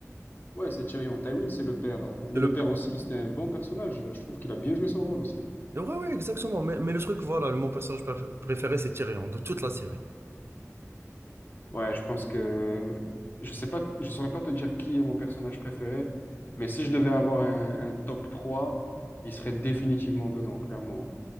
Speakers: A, on the left; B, on the right.
A: Ouais, c'est Tyrion. Tywin, c'est le père. euh, Mais
B: c'est le
A: le
B: père.
A: père aussi, c'était un bon personnage. Je trouve qu'il a bien joué son rôle aussi.
B: Ouais, ouais, exactement. Mais, mais le truc, voilà, mon personnage préf- préféré, c'est Tyrion, de toute la série.
A: Ouais, je pense que je sais pas, je saurais pas te dire qui est mon personnage préféré, mais si je devais avoir un, un top 3, il serait définitivement dedans, clairement.